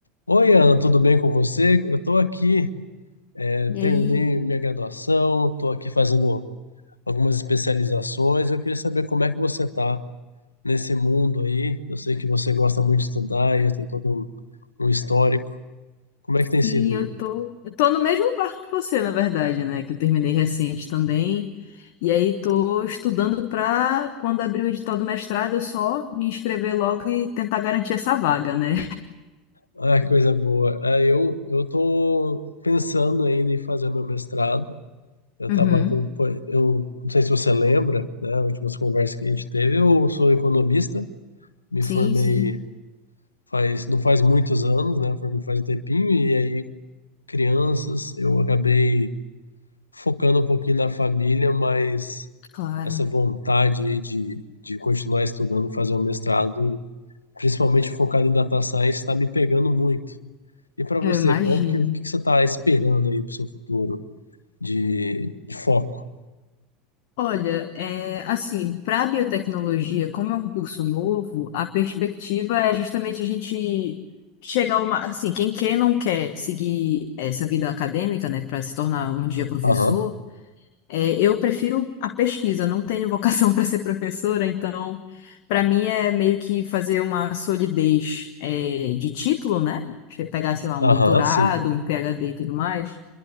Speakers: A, on the left (about 85°); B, on the left (about 55°).
A: Oi, Ana, tudo bem com você? Eu estou aqui, eh,
B: E
A: terminei
B: aí,
A: minha graduação, estou aqui fazendo algumas especializações. Eu queria saber como é que você está nesse mundo aí. Eu sei que você gosta muito de estudar e já tem todo um, um histórico. Como é que tem
B: sim,
A: sido aí?
B: eu tô, eu tô no mesmo barco que você, na verdade, né? Que eu terminei recente também. E aí tô estudando pra quando abrir o edital do mestrado, eu só me inscrever logo e tentar garantir essa vaga, né?
A: Ah, que coisa boa. Ah, eu eu estou pensando ainda em fazer meu mestrado. Eu estava
B: Uhum.
A: com, eu não sei se você lembra, né? Últimas conversas que a gente teve. Eu sou economista, me
B: Sim,
A: formei
B: sim,
A: faz, não faz muitos anos, né? Foi, faz um tempinho, e aí crianças, eu acabei focando um pouquinho na família, mas
B: claro.
A: essa vontade aí de, de continuar estudando, fazer um mestrado, principalmente focado em data science, está me pegando muito. E para
B: Eu
A: você,
B: imagino.
A: qual que, o que que você está esperando aí para o seu futuro de, de foco?
B: Olha, é, assim, para biotecnologia, como é um curso novo, a perspectiva é justamente a gente chegar uma, assim, quem quer não quer seguir essa vida acadêmica, né, para se tornar um dia professor,
A: Aham,
B: é, eu prefiro a pesquisa, não tenho vocação <laughs> para ser professora, então para mim é meio que fazer uma solidez, é, de título, né? Você pegar, sei lá,
A: aham,
B: um doutorado,
A: sim.
B: um PhD e tudo mais,